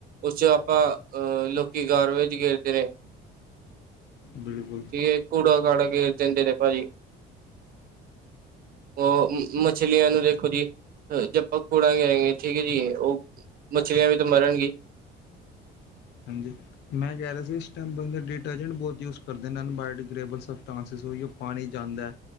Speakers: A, on the right; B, on the left.
A: ਉਸ ਚ ਆਪਾਂ ਅਹ ਲੋਕੀ ਗਾਰਵੇਜ ਗੇਰਦੇ ਨੇ।
B: ਬਿਲਕੁਲ।
A: ਇਹ ਕੂੜਾ ਕਾੜਾ ਗੇਰ ਦਿੰਦੇ ਨੇ ਭਾਜੀ। ਉਹ ਮੱਛਲੀਆਂ ਨੂੰ ਦੇਖੋ ਜੀ। ਜੇ ਆਪਾਂ ਕੂੜਾ ਗੇਰਾਗੇ ਠੀਕ ਹੈ ਜੀ, ਉਹ ਮੱਛਲੀਆਂ ਵੀ ਤਾਂ ਮਰਨਗ਼ੀ।
B: ਹਾਂਜੀ। ਮੈਂ ਕਹਿ ਰਿਹਾ ਸੀ, ਇਸ ਟਾਈਮ ਦੇ ਡਿਟਰਜੈਂਟ ਬਹੁਤ ਯੂਜ ਕਰਦੇ ਅਨਬਾਇਓ ਡਿਗ੍ਰੇਬਲ ਸਸਟਸਿਸ ਓਹੀਓ। ਪਾਣੀ ਜਾਂਦਾ।